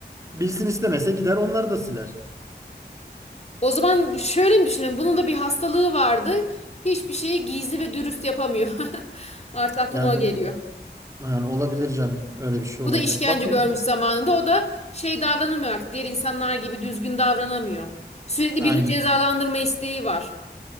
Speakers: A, on the right; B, on the left.
A: Bilsin istemese gider onları da siler.
B: O zaman şöyle mi düşünelim? Bunun da bir hastalığı vardı. Hiçbir şeyi gizli ve dürüst yapamıyor. <laughs> Artık aklıma
A: Yani,
B: o geliyor.
A: yani olabilir canım. Öyle bir şey
B: Bu
A: olabilir.
B: da işkence
A: Bakalım.
B: görmüş zamanında. O da şey davranamıyor artık. Diğer insanlar gibi düzgün davranamıyor. Sürekli
A: Aynen.
B: birini cezalandırma isteği var.